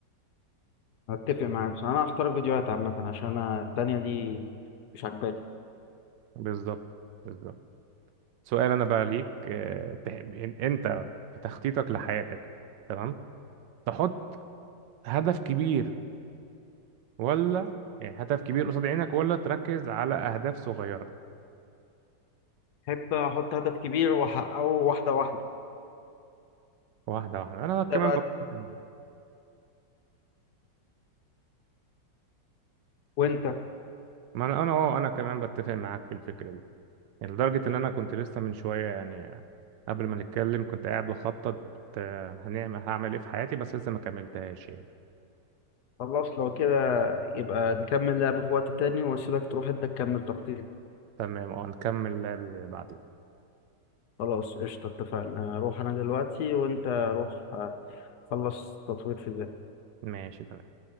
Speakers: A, on the left; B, on the right.
A: هتفق معاك بس انا هختار الفيديوهات عامة عشان انا التانية دي مش عجباني
B: بالظبط بالظبط سؤال انا بقى ليك آه، تحب- إن- انت في تخطيطك لحياتك تمام تحط هدف كبير ولا يعني هدف كبير قصاد عينك ولا تركز على اهداف صغيره
A: بحب احط هدف كبير واحققه واحدة واحدة
B: واحده واحده انا كمان
A: ده بقى
B: بتفق معاك.
A: وانت
B: ما انا انا اه انا كمان بتفق معاك في الفكره دي يعني لدرجه ان انا كنت لسه من شويه يعني قبل ما نتكلم كنت قاعد بخطط آه، هنعمل هعمل ايه في حياتي بس لسه ما كملتهاش يعني
A: خلاص لو كده يبقى نكمل لعب في وقت تاني واسيبك تروح انت تكمل تخطيط
B: تمام اه نكمل بعدين
A: خلاص قشطة اتفقنا اروح انا دلوقتي وانت روح آه، خلص تطوير في
B: ماشي تمام